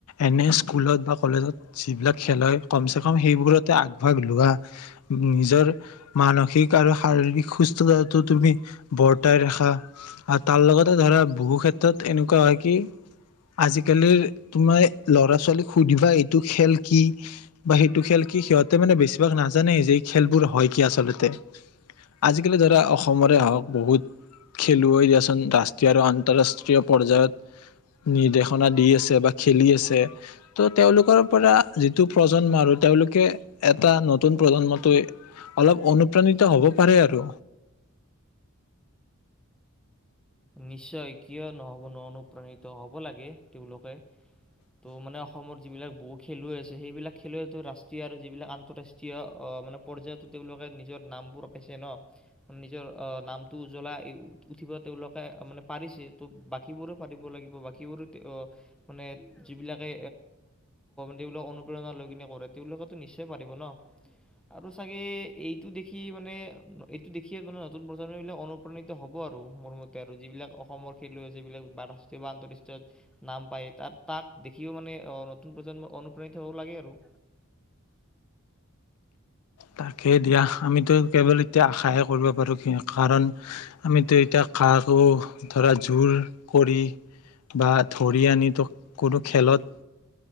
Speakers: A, on the left; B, in the centre.
A: এনে স্কুলত বা কলেজত যিবিলাক খেল হয় কমচে কম সেইবোৰতে আগভাগ লোৱা নিজৰ মানসিক আৰু শাৰীৰিক সুস্থতাটো তুমি বৰ্তাই ৰখা আৰু তাৰ লগতে ধৰা বহু ক্ষেত্ৰত এনেকুৱা হয় কি আজিকালিৰ তোমাৰ ল'ৰা-ছোৱালীক সুধিবা এইটো খেল কি বা সেইটো খেল কি সিহঁতে মানে বেছিভাগ নাজানে যে এই খেলবোৰ হয় কি আচলতে আজিকালি ধৰা অসমত হক বহুত খেলুৱৈ দিয়াচোন ৰাষ্ট্ৰীয় আৰু আন্তৰাষ্ট্ৰীয় পৰ্যায়ত নিৰ্দেশনা দি আছে বা খেলি আছে ত' তেওঁলোকৰ পৰা যিটো প্ৰজন্ম আৰু তেওঁলোকে এটা নতুন প্ৰজন্মটো অলপ অনুপ্ৰাণিত হ'ব পাৰে আৰু
B: নিশ্চয় কিয় নহব ন অনুপ্ৰাণিত হব লাগে তেওঁলোকে ত' মানে অসমৰ যিবিলাক বহু খেলুৱৈ আছে সেইবিলাক খেলুৱৈ ৰাষ্ট্ৰীয় আৰু যিবিলাক আন্তঃৰাষ্ট্ৰীয় মানে পৰ্যায়তো তেওঁলোকে নিজৰ নামবোৰপাইছে ন নিজৰ নামটো উজ্বলাই উঠিব তেওঁলোক মানে পাৰিছে ত' বাকীবোৰো পাৰিব লাগিব বাকীবোৰো মানে যিবিলাকে তেওঁবিলাক অনুপ্ৰেৰণা লৈ কিনে কৰে তেওঁলোকেতো নিশ্চয় পাৰিব ন আৰু চাগে এইটো দেখি মানে এইটো দেখিয়ে মানে নতুন প্ৰজন্মবিলাক অনুপ্ৰাণিত হ'ব আৰু মোৰ মতে আৰু যিবিলাক অসমৰ খেলুৱৈ আছে, যিবিলাক ৰাষ্ট্ৰীয় বা আন্তঃৰাষ্ট্ৰীয়ত নাম পায় তাত তাক দেখিও মানে নতুন প্ৰজন্ম অনুপ্ৰাণিত হ'ব লাগে আৰু।
A: তাকে দিয়া। আমিতো কেৱল এতিয়া আশাহে কৰিব পাৰো, কাৰণ আমিতো এতিয়া কাকো ধৰা জোৰ কৰি বা ধৰি আনি তো কোনো খেলত